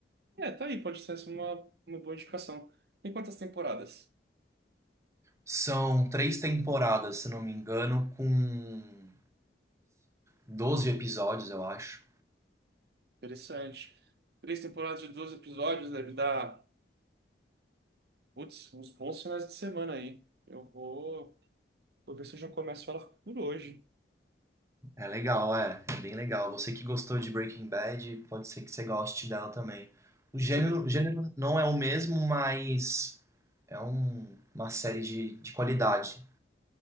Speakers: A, on the right; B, on the right.
A: É, tá aí, pode ser essa uma, uma boa indicação. Tem quantas temporadas?
B: São três temporadas, se não me engano, com 12 episódios, eu acho.
A: Interessante. Três temporadas de 12 episódios deve dar. Putz, uns bons finais de semana aí. Eu vou, vou ver se eu já começo ela por hoje.
B: É legal, é. É bem legal. Você que gostou de Breaking Bad, pode ser que você goste dela também. O gênero,
A: Você...
B: o gênero não é o mesmo, mas é um- uma série de, de qualidade.